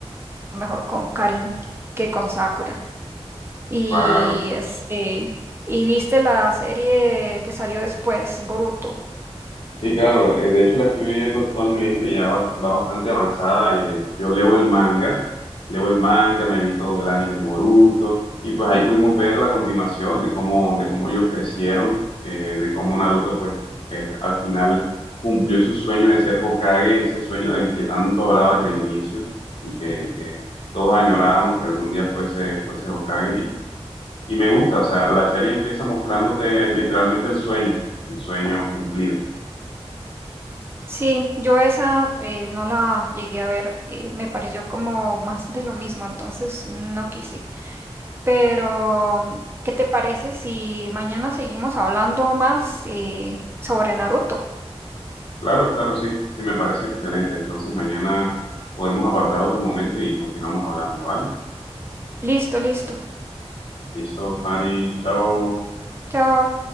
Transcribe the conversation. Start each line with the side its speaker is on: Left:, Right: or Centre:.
Right: mejor con Karin que con Sakura. Y
Left: Claro.
Right: este, ¿y viste la serie que salió después, Boruto?
Left: Sí, claro, eh, de hecho la estoy viendo actualmente, ya va, va bastante avanzada. eh, yo leo el manga, leo el manga, me vi todo el anime de Boruto, y pues ahí pudimos ver la continuación de cómo, de cómo ellos crecieron, eh, de cómo Naruto pues eh, al final cumplió su sueño de ser Hokage, ese sueño del que tanto hablaba desde el inicio y que, que todos añorábamos que algún día fuese, fuese Hokage. Y, y me gusta, o sea, la serie empieza mostrándote literalmente el sueño, el sueño cumplido.
Right: Sí, yo esa eh, no la llegué a ver, eh, me pareció como más de lo mismo, entonces no quise. Pero, ¿qué te parece si mañana seguimos hablando más eh, sobre Naruto?
Left: Claro, claro, sí, sí, me parece excelente. Entonces mañana podemos apartar otro momento y continuamos hablando, ¿vale?
Right: Listo, listo.
Left: Listo, Fanny, chao.
Right: Chao.